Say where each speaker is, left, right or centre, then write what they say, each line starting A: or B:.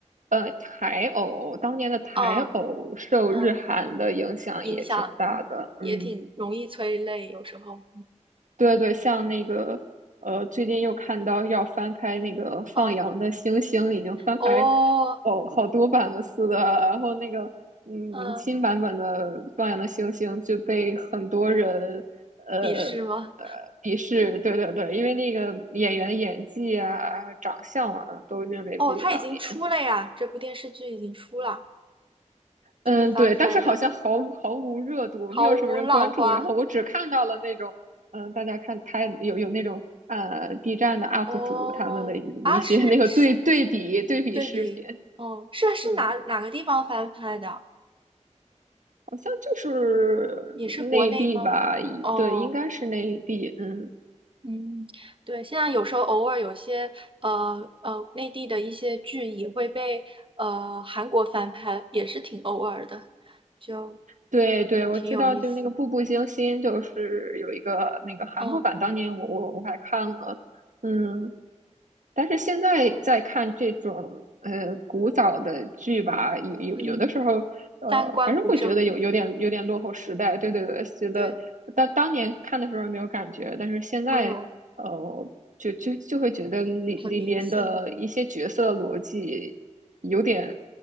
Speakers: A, on the right; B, on the right.
A: 呃台偶，当年的台偶受日韩的影响也挺大的。
B: 嗯嗯，影响嗯也挺容易催泪，
A: 嗯
B: 有时候。
A: 对对，像那个呃，最近又看到要翻拍那个放羊的星星，
B: 哦
A: 已经翻拍
B: 哦，
A: 哦好多版了似的。然后那个嗯，
B: 嗯，
A: 新版本的放羊的星星就被很多人呃
B: 笔试吗？
A: 呃鄙视，对对对，因为那个演员的演技啊、长相啊，都认为不如当年。
B: 哦，它已经出了呀，这部电视剧已经出了，这个翻拍的
A: 嗯，对，但是好像毫无毫无热度，
B: 《毫无浪花》。
A: 没有什么人关注。然后我只看到了那种，嗯，大家看他有有那种呃 B 站的 UP
B: 哦，
A: 主他们的一些那个对对比对比视频，
B: 啊，是是对比，哦，是是哪哪个地方翻拍的啊
A: 嗯，好像就是内地吧，
B: 也是国内吗？哦，
A: 对，应该是内地，嗯，
B: 嗯，对，现在有时候偶尔有些呃呃内地的一些剧也会被呃韩国翻拍，也是挺偶尔的，就
A: 对对，
B: 也挺有意思。
A: 我知道，就那个《步步惊心》，就是有一个那个韩国版，
B: 嗯
A: 当年我我我还看了，嗯。但是现在在看这种呃古早的剧吧，有有有的时候，
B: 嗯，
A: 呃，
B: 三观不正，
A: 还是会觉得有有点有点落后时代。对对对，觉得当当年看的时候没有感觉，
B: 对，
A: 但是现在，
B: 嗯，
A: 呃，就就就会觉得里里面的一些角色逻辑有点
B: 很明显，